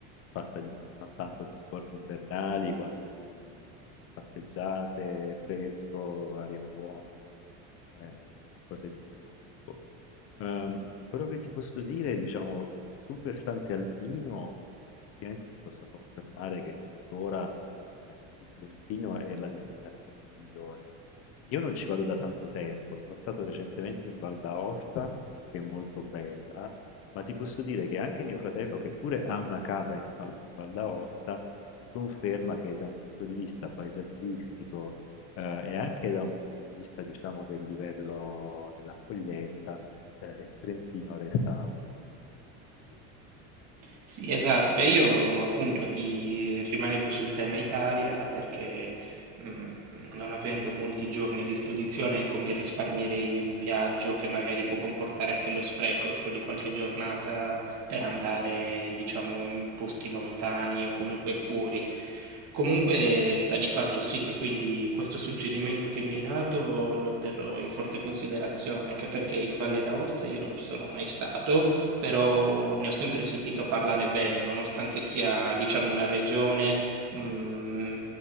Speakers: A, on the left; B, on the right.
A: Fatta di non tanto di sport invernali quanto di, insomma, passeggiate, fresco, aria buona ehm, e cose di questo tipo. Ehm, quello che ti posso dire, diciamo, sul versante alpino, effettivamente ti posso confermare che tuttora eh, il Trentino è la destinazione migliore. Io non ci vado da tanto tempo, sono stato recentemente in Val d'Aosta, che è molto bella, ma ti posso dire che anche mio fratello, che pure ha una casa in Val, in Val d'Aosta, mi conferma che da un punto di vista paesaggistico, eh, e anche da un punto di vista, diciamo, del livello dell'accoglienza, eh, il Trentino resta un gradino in su.
B: Sì, esatto, e io appunto ti rimanevo sul tema Italia perché mh, non avendo molti giorni a disposizione, ecco, mi risparmierei un viaggio che magari può comportare anche lo spreco, ecco, di qualche giornata per andare, diciamo, in posti lontani o comunque fuori. Comunque sta di fatto sì che quindi questo suggerimento che mi hai dato lo terrò in forte considerazione, anche perché in Valle d'Aosta io non ci sono mai stato però ne ho sempre sentito parlare bene, nonostante sia, diciamo, una regione, mh,